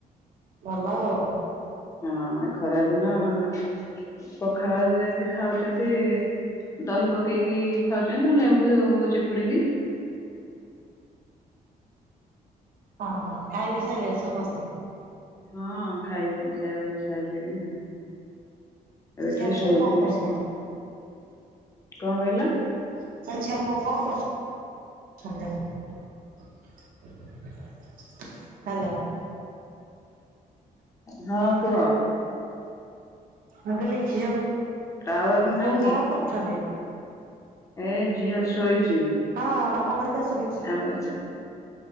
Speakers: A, on the right; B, on the left.
A: ଭଲ ଆଉ।
B: ହଁ ଏ ଖରା ଦିନ ପଖାଳ ଯେମିତି ଖାଉଛନ୍ତି ଦହି ପକେଇକି ଖାଉଛ ନା ଲେମ୍ବୁ ଚିପୁଡିକି।
A: ହଁ ହଁ ଖାଇ ବିି ଚାଲେରେ ସମସ୍ତେ?
B: ହଁ ଖାଇବି ସାରିଲିଣି ଆ। ଏବେ
A: ଝିଅ
B: ଟିକେ
A: ପୁଅ
B: ଶୋଇଥିଲି
A: କଣ କରୁଛନ୍ତି?
B: କଣ କହିଲ?
A: <unintelligible> ହ୍ୟାଲୋ
B: ହଁ କୁହ?
A: ମୁଁ କହିଲି ଝିଅ
B: ଟାୱାର
A: ପୁଅ
B: ନାହିଁ କି
A: କଣ କରୁଛନ୍ତି?
B: ଏ ଝିଅ ଶୋଇଛି।
A: ହଁ ତମ କଥା ସୁ
B: ଆଉ ହଁ